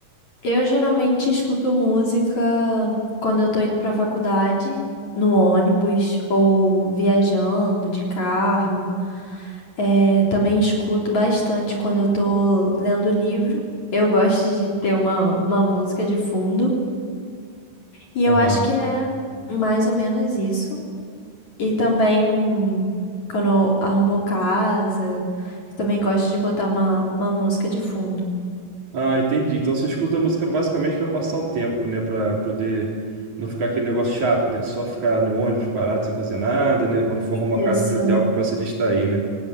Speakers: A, on the left; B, on the right.
A: Eu geralmente escuto música quando eu tô indo pra faculdade, no ônibus ou viajando de carro. É, também escuto bastante quando eu tô lendo livro. Eu gosto de ter uma, uma música de fundo. E eu
B: Aham.
A: acho que é mais ou menos isso. E também, quando eu arrumo casa, eu também gosto de botar uma, uma música de fundo.
B: Ah, entendi. Então você escuta a música basicamente para passar o tempo, né? Para poder não ficar aquele negócio chato, né? De só ficar no ônibus parado sem fazer nada, né? Quando for arrumar
A: Isso.
B: casa para ter algo para se distrair, né?